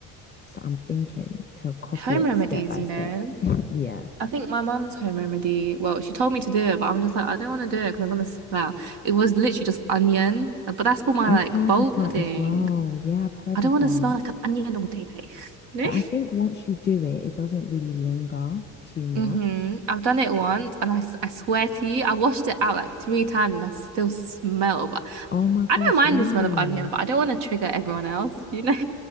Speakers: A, on the left (about 25°); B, on the right (about 70°).
A: So I'm thinking to copy
B: Home
A: it
B: remedies,
A: step by
B: you
A: step.
B: know?
A: <laughs> Yeah.
B: I think my mum's home remedy, well, she told me to do it, but I'm just like, I don't want to do it because I'm gonna smell. It was literally just onion, but that's for my
A: I've
B: like
A: heard
B: balding.
A: of that as well. Yeah, I've heard
B: I don't
A: of
B: want
A: that.
B: to smell like an onion all day, day. <laughs> No?
A: But I think once you do it, it doesn't really linger too much.
B: Mm-hmm. I've done it once, and I, s- I swear to you, I washed it out like three times, and I still smell. But
A: Oh my
B: I
A: gosh,
B: don't mind
A: really?
B: the smell of onion, but I don't want to trigger everyone else, you know?